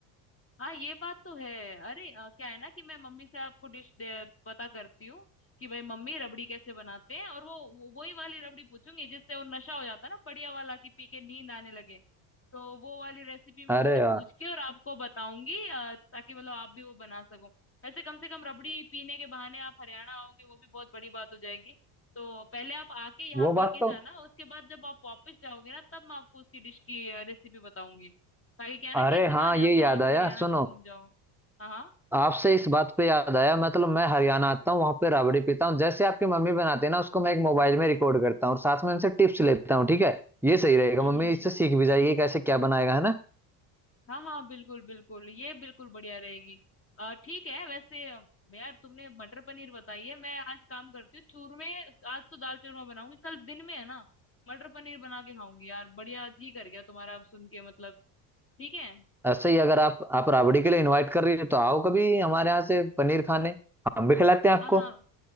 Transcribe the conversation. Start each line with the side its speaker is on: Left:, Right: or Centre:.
Left: हाँ ये बात तो है अरे अ, क्या है ना कि मैं मम्मी से आपको डिश पता करती हूँ कि भाई मम्मी रबड़ी कैसे बनाते हैं और वो वो- वही वाली रबड़ी पूछूंगी जिससे वो नशा हो जाता है ना बढ़िया वाला कि पी के नींद आने लगे तो वो वाली रेसिपी मैं
Centre: अरे
Left: उनसे
Centre: यार
Left: पूछ के और आपको बताऊंगी अ, ताकि मतलब आप भी वो बना सको वैसे कम से कम रबड़ी पीने के बहाने आप हरियाणा आओगे वो भी बहुत बड़ी बात हो जाएगी तो पहले आप आके यहाँ
Centre: वो बात
Left: पी के
Centre: तो
Left: जाना उसके बाद जब आप वापस जाओगे ना तब मैं आपको उसकी डिश की रेसिपी बताऊंगी ताकि क्या है ना
Centre: अरे
Left: कि इसी बहाने
Centre: हाँ ये
Left: आप यहाँ
Centre: याद
Left: भी
Centre: आया
Left: हरियाणा
Centre: सुनो
Left: भी घूम जाओ हाँ हाँ
Centre: आपसे इस बात पे याद आया मतलब मैं हरियाणा आता हूँ वहां पे राबड़ी पीता हूँ जैसे आपकी मम्मी बनाते हैं ना उसको मैं एक मोबाइल में रिकॉर्ड करता हूँ और साथ में इनसे टिप्स लेता हूँ ठीक है ये सही रहेगा
Left: हम्म
Centre: मम्मी
Left: हम्म,
Centre: इससे सीख भी जाएगी कैसे क्या बनाएगा है ना
Left: हाँ हाँ बिल्कुल बिल्कुल ये बिल्कुल बढ़िया रहेगी अ, ठीक है वैसे अ, यार तुमने मटर पनीर बताई है मैं आज काम करती हूँ चूरमे आज तो दाल चूरमा बनाऊंगी कल दिन में है ना मटर पनीर बना के खाऊंगी यार बढ़िया जी कर गया तुम्हारा अब सुन के मतलब ठीक है
Centre: ऐसे ही अगर आप आप राबड़ी के लिए इनवाइट कर रही हो तो आओ कभी हमारे यहाँ से पनीर खाने हम भी खिलाते हैं आपको
Left: हाँ हाँ